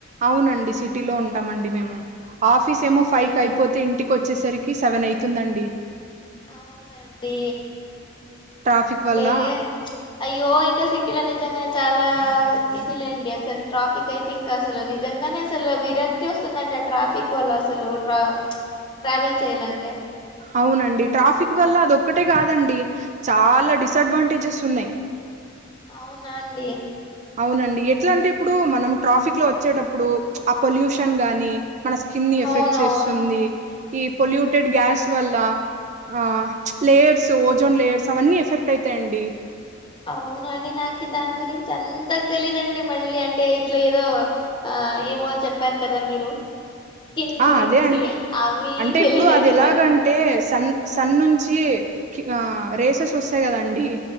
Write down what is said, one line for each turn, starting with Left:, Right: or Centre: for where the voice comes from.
Right: అవునండి సిటీలో ఉంటామండి మేము ఆఫీస్ ఏమో
Left: అవునా
Right: ఫైక్
Left: అండి
Right: అయిపోతే ఇంటికి కి వచ్చేసరికి సెవెన్ అవుతుందండి
Left: అవునండి
Right: ట్రాఫిక్
Left: ఓకే
Right: వల్ల
Left: అయ్యో ఇంకా సిటీలో నిజంగా చాలా ఇదిలేండి అసలు ట్రాఫిక్ అయితే ఇంకా అసలు నిజంగానే అసలు విరక్తి వస్తుందండి ఆ ట్రాఫిక్ వల్ల అసలు ట్రావెల్ చేయాలంటే
Right: అవునండి ట్రాఫిక్ వల్ల అది ఒక్కటే కాదండి చాలా డిసడ్వాంటేజెస్ ఉన్నాయి
Left: అవునా అండి
Right: అవునండి ఎట్లా అంటే ఇప్పుడు మనం ట్రాఫిక్ లో వచ్చేటప్పుడు ఆ పొల్యూషన్ గాని మన స్కిన్ని ఎఫెక్ట్
Left: అవునవును
Right: చేస్తుంది ఈ పొల్యూటెడ్
Left: ఆ
Right: గ్యాస్ వల్ల ఆ లేయర్స్ ఓజోన్ లేయర్స్ అవన్నీ ఎఫెక్ట్ అవుతాఅండి
Left: అవునండి నాకు దాని గురించి అంతక తెలీధండి మళ్ళీ అంటే ఇట్లా ఏదో ఆ ఏమో చెప్పారు కదా మీరు స్కిన్
Right: ఆ
Left: గురించి
Right: అదే అ
Left: అవి
Right: అంటే
Left: తెలీదండి
Right: ఇప్పుడు అది ఎలాగంటే
Left: నాకు
Right: సన్ సన్న నుంచి క రేసెస్ వస్తాయి కదాండి